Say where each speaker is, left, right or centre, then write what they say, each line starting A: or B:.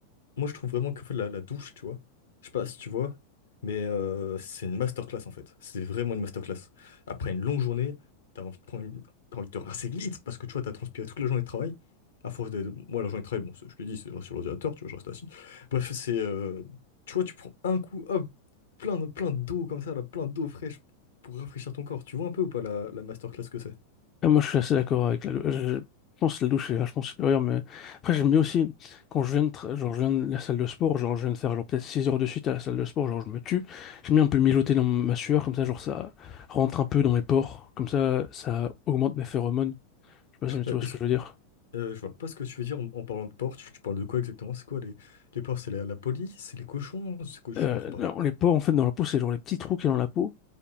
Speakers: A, on the left; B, on the left.
A: Moi, je trouve vraiment qu'en fait, la, la douche, tu vois, je sais pas si tu vois, mais euh, c'est une masterclass en fait. C'est vraiment une masterclass. Après une longue journée, t'as envie de prendre une... t'as envie de te rincer vite parce que tu vois, t'as transpiré toute la journée de travail. À force de. Moi, la journée de travail, bon, c'est- je te dis, c'est sur l'ordinateur, tu vois, je reste assis. Bref, c'est. euh, Tu vois, tu prends un coup, hop, plein, de- plein d'eau comme ça, là, plein d'eau fraîche pour rafraîchir ton corps. Tu vois un peu ou pas la, la masterclass que c'est?
B: Et moi, je suis assez d'accord avec la douche. Je je pense que la douche est vachement supérieure, mais après, j'aime bien aussi, quand je viens de, tra- genre, je viens de la salle de sport, genre, je viens de faire, genre, peut-être 6 heures de suite à la salle de sport, genre, je me tue. J'aime bien un peu mijoter dans ma sueur, comme ça, genre, ça rentre un peu dans mes pores. Comme ça, ça augmente mes phéromones. Je sais pas si
A: Euh,
B: tu vois ce que je veux dire.
A: Euh, je vois pas ce que tu veux dire en, en parlant de porc. Tu, tu parles de quoi exactement? C'est quoi les, les porcs? C'est la, la police? C'est les cochons? C'est quoi? Je
B: Euh,
A: comprends pas.
B: non, les pores, en fait, dans la peau, c'est genre les petits trous qu'il y a dans la peau.